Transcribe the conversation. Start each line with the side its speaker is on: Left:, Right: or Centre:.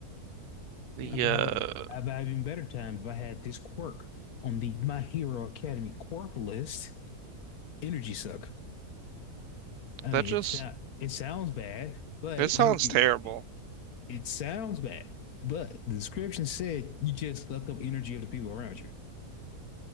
Right: The
Left: I'd be
Right: uh
Left: having I'd be having better time if I had this quirk on the My Hero Academy quirk list. Energy suck. I
Right: that
Left: mean,
Right: just
Left: it's not. It sounds bad, but
Right: that sounds
Left: you. It,
Right: terrible.
Left: it sounds bad, but the description said you just suck up energy of the people around you.